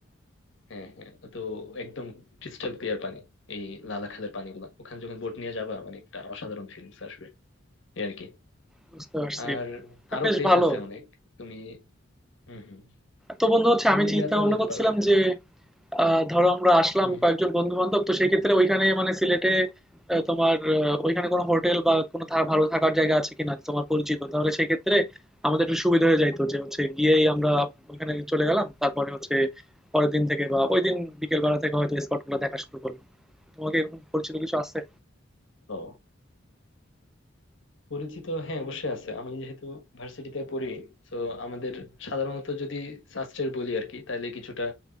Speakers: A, on the left (about 60°); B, in the centre.
A: হ্যাঁ হ্যাঁ তো একদম ক্রিস্টাল ক্লিয়ার পানি এই লালাখালের পানিগুলা ওখানে যখন বোট নিয়ে যাবা মানে একটা অসাধারণ ফিলিংস আসবে এই আর কি
B: বুঝতে পারছি।
A: আর
B: তা
A: আরো
B: বেশ
A: প্লেস
B: ভালো।
A: আছে অনেক তুমি হম হম
B: তো বন্ধু হচ্ছে
A: তুমি
B: আমি চিন্তা
A: ইয়াতেও
B: ভাবনা
A: যেতে
B: করছিলাম
A: পারো এখানে
B: যে আহ, ধরো আমরা আসলাম
A: হম
B: কয়েকজন বন্ধু বান্ধব তো সেই ক্ষেত্রে ওইখানে মানে সিলেটে আহ, তোমার আহ, ওইখানে কোনো হোটেল বা কোনো থা- ভালো থাকার জায়গা আছে কিনা তোমার পরিচিত তাহলে সেই ক্ষেত্রে আমাদের একটু সুবিধা হয়ে যাইতো যে হচ্ছে গিয়েই আমরা ওইখানে চলে গেলাম তারপরে হচ্ছে পরের দিন থেকে বা ওই দিন বিকেল বেলা থেকে হয়তো স্পট গুলো দেখা শুরু করলাম তোমাকে এরকম পরিচিত কিছু আছে
A: ও পরিচিত হ্যাঁ অবশ্যই আছে আমি যেহেতু ভার্সিটিতে পড়ি তো আমাদের সাধারণত যদি শাস্ত্রের বলি আর কি তাহলে কিছুটা